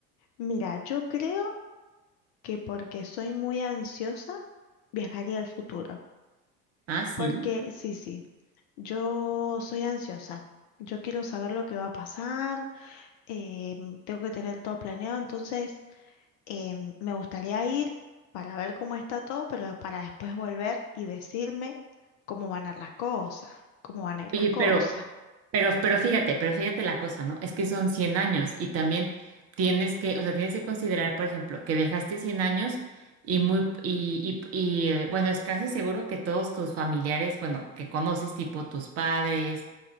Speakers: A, on the left (about 40°); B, on the right (about 35°).
A: Mira, yo creo que porque soy muy ansiosa, viajaría al futuro.
B: Ah, sí.
A: Porque sí, sí, yo soy ansiosa. Yo quiero saber lo que va a pasar, eh, tengo que tener todo planeado, entonces em, me gustaría ir para ver cómo está todo, pero para después volver y decirme cómo van a ir las cosas, cómo van a ir
B: Oye,
A: las cosas.
B: pero... Pero, pero fíjate, pero fíjate la cosa, ¿no? Es que son 100 años y también tienes que, o sea, tienes que considerar, por ejemplo, que dejaste 100 años y muy, y, y, y, eh, bueno, es casi seguro que todos tus familiares, bueno, que conoces, tipo tus padres,